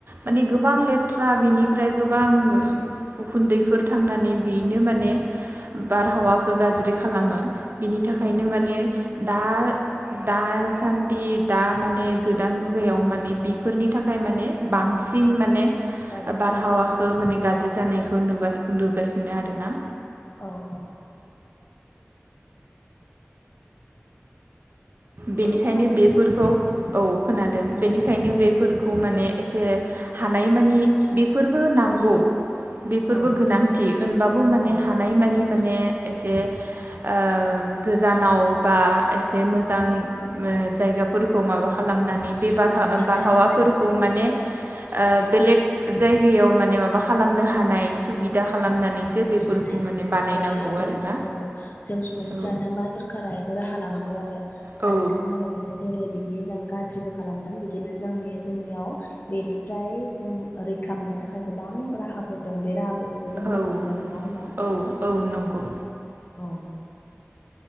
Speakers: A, on the right; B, on the left.
A: माने गोबां लेथ्रा बिनिफ्राय गोबां उखुन्दैफोर थांनानै बेनो माने बारहावाखौ गाज्रि खालामो। बिनि थाखायनो
B: औ
A: माने दा दासान्दि दा माने गोदान मुगायाव माने बि फोरनि थाखाय माने बांसिन माने
B: औ
A: बारहावाखौ माने गा ज्रि जानायखौ नुबा नुगासिनो आरो ना।
B: औ औ
A: बेनिखायनो
B: हेल' खोनादोंना
A: बेफोरखौ
B: नोंथां?
A: औ खोनादों बेनिखायनो
B: औ औ
A: बेफोरखौ माने‌ एसे हानायमानि बेफोरबो नांगौ बेफोरबो
B: औ
A: गोनांथि
B: नंगौ
A: होनबाबो माने
B: औ
A: हानायमानि माने एसे ओ गोजानाव बा एसे मो‌ जां ओ जायगाफोरखौ माबा खालामनानै
B: औ
A: बे बार
B: औ हानाय
A: बारहावाफोरखौ
B: औ
A: माने ओ बेलेग
B: औ
A: जायगायाव माने माबा खालामनो हानाय सुबिदा <inaudible> खालामनानैसो
B: औ औ
A: बेफोरखौ
B: हानाय
A: माने बानायनांगौ
B: बेखौ
A: आरोना
B: औ जों सुबुंफ्रानो
A: औ
B: बा सोररका बेखौ राहा लानांगौ। गाव आरो
A: औ
B: दा नोंथांमोना बायदिनो जेरै बिदि बिदि जों गाज्रिबो खालामदों बिदिनो जोंनि जोंनियाव बेनिफ्राय जों रैखा मोननो थाखाय गोबां राहाफोर दं बे राहाफोरखौ खौबो जों
A: औ
B: मावनांगोन नङा होमबा
A: औ औ नंगौ
B: औ औ।